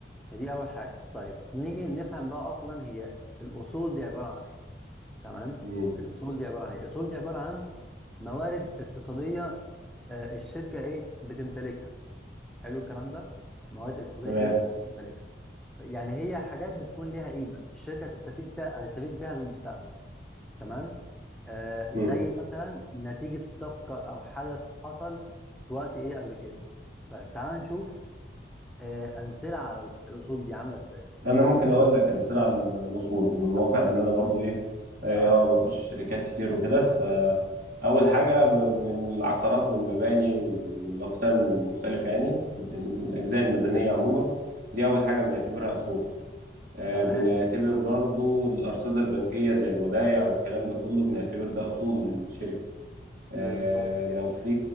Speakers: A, in the centre; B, on the right.
A: فدي اول حاجه طيب نيجي نفهم بقى اصلا هي الاصول دي عباره عن ايه تمام
B: مم.
A: الاصول دي عباره عن ايه الاصول دي عباره عن موارد اقتصاديه آه، الشركه ايه بتمتلكها حلو الكلام ده موارد اقتصاديه
B: تمام
A: ايه الشركه بتمتلكها ف- يعني هي حاجات بتكون ليها قيمه الشركه هتستفيد فيها هتستفيد بيها بالمستقبل تمام آه زي
B: مم.
A: مثلا نتيجه صفقه او حدث حصل في وقت ايه قبل كده طيب تعال نشوف آه امثله على الاصول دي عامله ازاي
B: انا ممكن اقول لك امثله على الوصول من
A: طب
B: واقع
A: قول
B: ان
A: لي
B: انا برضو ايه إيه،
A: اه
B: اه بخش شركات كتير وكده فاول حاجه
A: اه
B: ب- من العقارات والمباني وال- والاقسام المختلفه يعني الاجزاء المدنيه عموما دي اول حاجه
A: اه
B: بنعتبرها اصول آه،
A: تمام
B: بنعتبر
A: مظبوط
B: برضو الارصده البنكيه زي الودايع والكلام ده كله بنعتبر ده اصول للشركه آه،
A: بالظبط كده
B: لو في